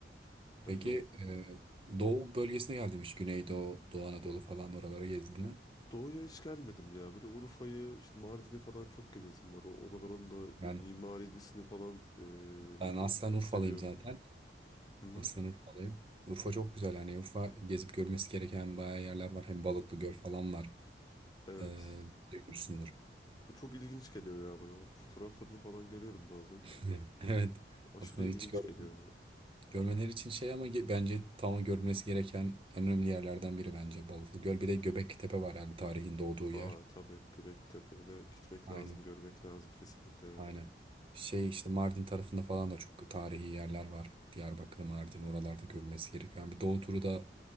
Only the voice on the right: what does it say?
Peki
e, Doğu bölgesine geldim hiç. Güneydoğu, Doğu Anadolu falan oralara gezdin mi?
Ben,
ben aslen Urfalıyım
zaten.
Aslen Urfalıyım. Urfa çok güzel yani. Urfa gezip görmesi gereken bayağı yerler var. Hem Balıklı Göl falan var.
E, duymuşsundur.
<laughs> Evet.
Aslında
hiç görmedim.
Görmeleri için şey ama ge- bence tam görülmesi gereken en önemli yerlerden biri bence Balıklı Göl. Bir de Göbekli var yani tarihin doğduğu
yer.
Aynen,
aynen. Şey işte Mardin tarafında falan da çok tarihi yerler var. Diyarbakır, Mardin oralarda görülmesi gerekiyor. Yani bir doğu turu da